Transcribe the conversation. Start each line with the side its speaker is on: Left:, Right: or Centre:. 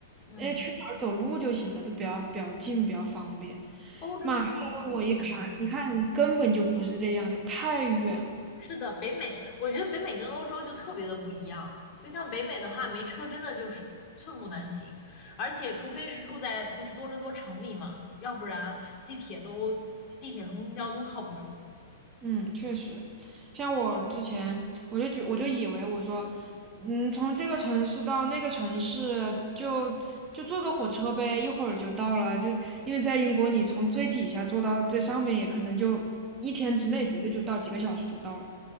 Left: 嗯，
Right: 哎，去哪儿走路就行了，都比较比较近，比较方便。
Left: 欧洲就很少，
Right: 妈，后来我一看一看，
Left: 我感觉。
Right: 根本就不是这样，这太远了。
Left: 是的，北美，我觉得北美跟欧洲就特别的不一样。就像北美的话，没车真的就是寸步难行，而且除非是住在就是多伦多城里嘛，要不然地铁都地铁和公交都靠不住。
Right: 嗯，确实，像我之前，我就觉，我就以为我说，嗯，从这个城市到那个城市就就坐个火车呗，一会儿就到了。就因为在英国，你从最底下坐到最上面，也可能就一天之内绝对就到，几个小时就到了。